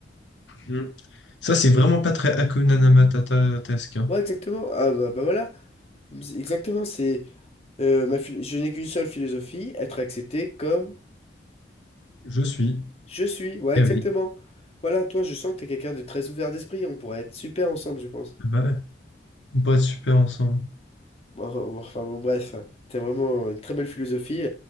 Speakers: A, on the left; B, on the left.
A: euh, mm. ça c'est vraiment pas très Hakuna Matata-tesque. hein.
B: Ouais, exactement. Ah bah, bah voilà, exactement, c'est euh, ma phil- je n'ai qu'une seule philosophie, être accepté comme
A: Je suis.
B: Je suis, ouais,
A: Eh
B: exactement.
A: oui.
B: Voilà, toi, je sens que t'es quelqu'un de très ouvert d'esprit. On pourrait être super ensemble, je pense.
A: Bah ouais, on pourrait être super ensemble.
B: Bon, bon, bon, enfin, bon, bref, t'as vraiment une très belle philosophie.